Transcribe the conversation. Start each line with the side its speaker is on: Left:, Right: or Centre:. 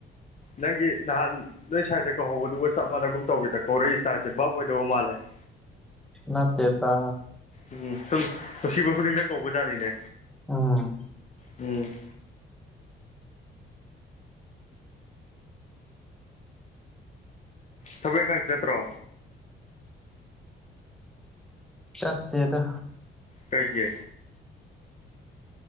Left: ꯅꯪꯒꯤ ꯅꯍꯥꯟ ꯅꯣꯏ ꯁ꯭ꯋꯥꯏꯗ ꯀꯧꯍꯧꯕꯗꯨꯒ ꯆꯞ ꯃꯥꯟꯅꯒꯨꯝ ꯇꯧꯤꯗ ꯀꯧꯔꯛꯏ ꯏꯁꯇꯥꯁꯦ ꯚꯥꯞ ꯑꯣꯏꯗꯧ ꯃꯥꯜꯂꯦ <unintelligible>
Centre: ꯅꯠꯇꯦꯠꯇ
Left: ꯎꯝ ꯁꯨꯝ ꯅꯨꯡꯁꯤꯕ ꯈꯨꯗꯤꯡꯗ ꯀꯧꯕ ꯖꯥꯠꯅꯤꯅꯦ
Centre: ꯑꯥ
Left: ꯎꯝ ꯊꯕꯛ ꯏꯪꯈꯥꯡ ꯆꯠꯇ꯭ꯔꯣ
Centre: ꯆꯠꯇꯗ
Left: ꯀꯩꯒꯤ